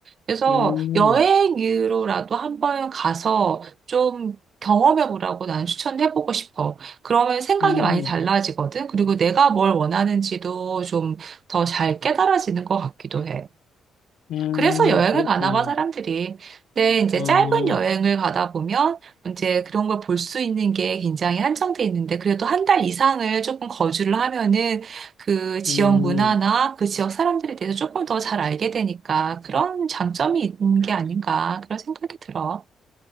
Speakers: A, on the right (about 50°); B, on the left (about 75°).
A: 그래서
B: 음,
A: 여행으로라도 한번 가서 좀 경험해보라고 난 추천해보고 싶어. 그러면 생각이
B: 음,
A: 많이 달라지거든. 그리고 내가 뭘 원하는지도 좀 더 잘 깨달아지는 것 같기도 해.
B: 음,
A: 그래서 여행을
B: 그렇구나.
A: 가나 봐, 사람들이. 근데 이제
B: 어,
A: 짧은 여행을 가다 보면 이제 그런 걸 볼 수 있는 게 굉장히 한정돼 있는데 그래도 한 달 이상을 조금 거주를 하면은 그 지역
B: 음,
A: 문화나 그 지역 사람들에 대해서 조금 더 잘 알게 되니까 그런 장점이 있는 게 아닌가 그런 생각이 들어.